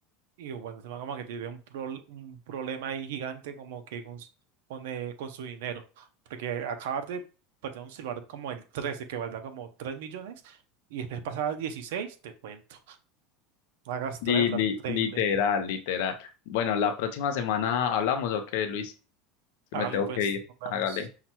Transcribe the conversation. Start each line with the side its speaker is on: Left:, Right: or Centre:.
Right: Y bueno, se como que tiene un, prol- un problema ahí gigante como que con, s- con, eh, con su dinero. Porque acabas de perder un celular como el 13 que valdrá como 3 millones, y después pasar al 16 te cuento. Hagas
Left: Li-
Right: traer plata
Left: li-
Right: increíble.
Left: literal, literal. Bueno, la próxima semana hablamos, ok, Luis, que
Right: Hágale
Left: me tengo
Right: pues,
Left: que ir.
Right: nos vemos.
Left: Hágale.